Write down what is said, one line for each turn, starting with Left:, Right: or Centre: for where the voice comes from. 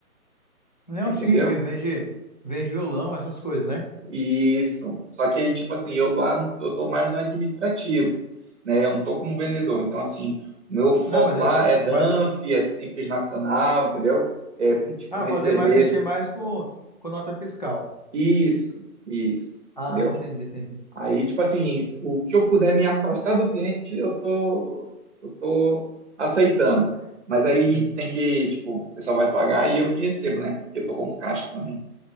Left: Não,
Right: você entendeu?
Left: sim, que vende, vende violão, essas coisas, né?
Right: Isso. Só que, tipo assim, eu lá eu tô mais no administrativo, né? Eu não tô como vendedor. Então, assim, o meu foco
Left: Não, mas eu,
Right: lá é DANF,
Left: mas,
Right: é Simples Nacional, entendeu? É, tipo,
Left: ah,
Right: receber.
Left: fazer mais, mexer
Right: do-
Left: mais com, com nota fiscal.
Right: Isso, isso,
Left: Ah,
Right: entendeu?
Left: entendi, entendi.
Right: Aí, tipo assim, o que eu puder me afastar do cliente, eu tô, eu tô aceitando. Mas aí
Left: Hum.
Right: tem que, tipo, o pessoal vai pagar e eu que recebo, né? Porque eu tô como caixa também.